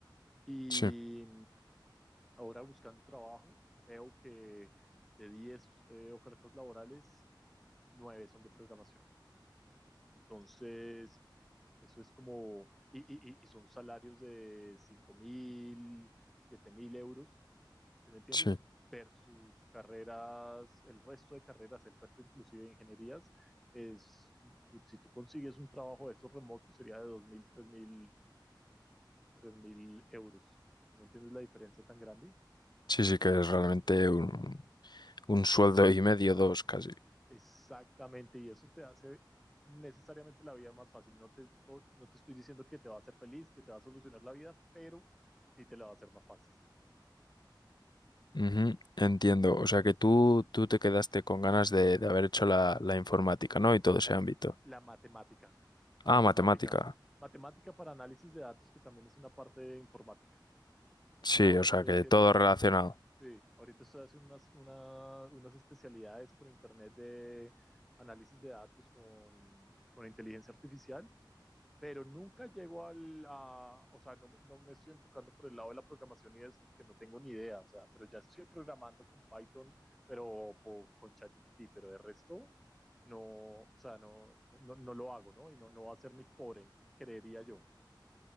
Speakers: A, in the centre; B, on the left (about 60°).
A: Y,
B: sí,
A: Ahora buscando trabajo, veo que de diez eh, ofertas laborales, 9 son de programación. Entonces, eso es como, y, y- y- y son salarios de cinco mil, siete mil euros, ¿sí ¿me entiendes?
B: sí,
A: Versus carreras, el resto de carreras, el resto inclusive de ingenierías, es, tú- si tú consigues un trabajo de esos remotos, sería de dos mil, tres mil, tres mil euros. ¿Sí ¿Me entiendes la diferencia tan grande?
B: sí, sí, que es realmente un, un sueldo y medio, dos casi.
A: Exactamente, y eso te hace necesariamente la vida más fácil. No te, no no te estoy diciendo que te va a hacer feliz, que te va a solucionar la vida, pero sí te la va a hacer más fácil.
B: Ujú, Entiendo, o sea que tú, tú te quedaste con ganas de, de haber hecho la, la informática, ¿no? Y todo ese ámbito.
A: La matemática, matemática,
B: Ah, matemática.
A: matemática para análisis de datos, que también es una parte de informática.
B: Sí,
A: Ahora
B: o
A: estoy
B: sea que
A: haciendo,
B: todo relacionado.
A: sí, ahorita estoy haciendo unas, una- unas especialidades por internet de análisis de datos con, con inteligencia artificial pero nunca llego al, a, o sea, no, no, me estoy enfocando por el lado de la programación y eso porque no tengo ni idea, o sea, pero ya estoy programando con Python, pero po, con ChatGPT, pero de resto no, o sea, no, no, no, lo hago, ¿no? Y no, no va a ser mi core, creería yo,